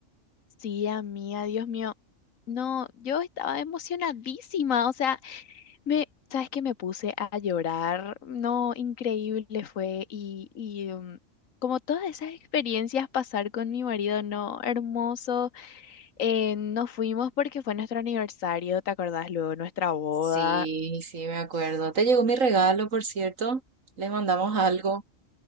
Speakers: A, on the left; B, on the right.
A: sí, amiga, Dios mío. No, yo estaba emocionadísima, o sea. Me, ¿sabes qué? Me puse a llorar. No, increíble fue. Y, y um, como todas esas experiencias pasar con mi marido, no, hermoso. Eh, nos fuimos porque fue nuestro aniversario, ¿te acordás luego? Nuestra boda.
B: Sí, sí, me acuerdo. Te llegó mi regalo, por cierto. Les mandamos algo.